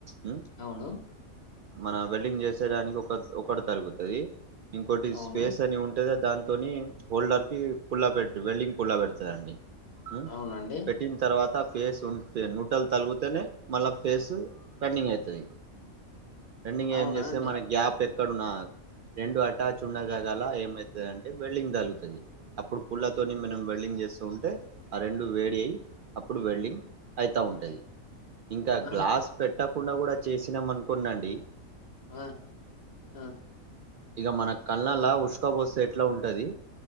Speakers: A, on the right (about 85°); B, on the left (about 50°).
A: ఉమ్
B: అవును
A: మన వెల్డింగ్ చేసేడానికి ఒక ఒకటి తరుగుతది ఇంకోటి
B: అవును
A: స్పేస్ అని ఉంటది అద్ దాంతోని హోల్డర్ కి పుల్లా పెట్ వెల్డింగ్ పుల్లా పెడుతదండి ఉం
B: అవునండి
A: పెటిన్ తర్వాత ఫేస్ ఉంటేను ట్టలు తల్గుతేనే మళ్ళ ఫేస్ టర్నింగ్ అవుతది. ట్రెండింగ్గా
B: అవునా
A: ఏం చేస్తే
B: అండి
A: మన గ్యాప్ ఎక్ ఇక్కడు నా రెండు అటాచ్ ఉన్న జాగాల ఏమైతుంది అంటే వెల్డింగ్ దలుగుతుంది అప్పుడు పుల్లతోని మనం వెల్డింగ్ చేస్తూ ఉంటే ఆ రెండు వేడి అయ్యి అప్పుడు వెల్డింగ్ అయితా ఉం టది ఇంకా
B: ఆహా
A: గ్లాస్ పెట్ కుట్టకుండా కూడా చేసినాం అనుకున్నాండి
B: ఆ ఆ
A: ఇక మన కళ్ళలా ఉసుక పోస్తే ఎట్లా ఉంటది.